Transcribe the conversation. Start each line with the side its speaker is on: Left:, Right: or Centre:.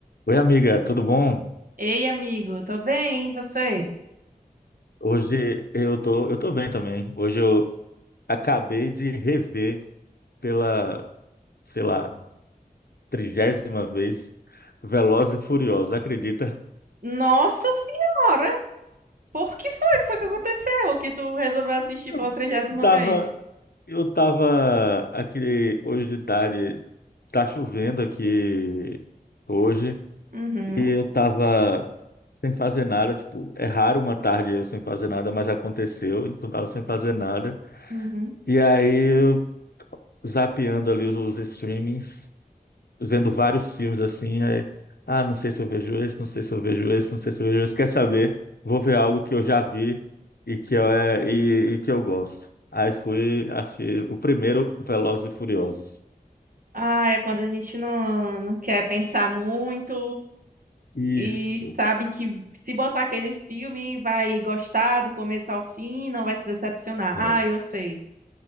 Left: Oi, amiga, tudo bom?
Right: Ei, amigo, tô bem, e você?
Left: Hoje eu tô, eu tô bem também. Hoje eu acabei de rever pela, sei lá, trigésima vez Velozes e Furiosos, acredita?
Right: Nossa senhora, por que foi que foi que aconteceu que tu resolveu assistir
Left: Eu
Right: pela trigésima
Left: eu <laughs> tava,
Right: vez?
Left: eu tava aqui hoje de tarde, tá chovendo aqui hoje,
Right: Uhum,
Left: e eu tava sem fazer nada, tipo, é raro uma tarde eu sem fazer nada, mas aconteceu, então tava sem fazer nada.
Right: uhum.
Left: E aí eu zapeando ali os, os streamings, vendo vários filmes assim, aí, ah, não sei se eu vejo esse, não sei se eu vejo esse, não sei se eu vejo esse, quer saber, vou ver algo que eu já vi e que eu, é, e, e que eu gosto. Aí fui, achei o primeiro Velozes e Furiosos.
Right: Ah, é quando a gente não, não quer pensar muito
Left: Isso.
Right: e sabe que se botar aquele filme vai gostar do começo ao fim, não vai se decepcionar.
Left: É.
Right: Ah, eu sei.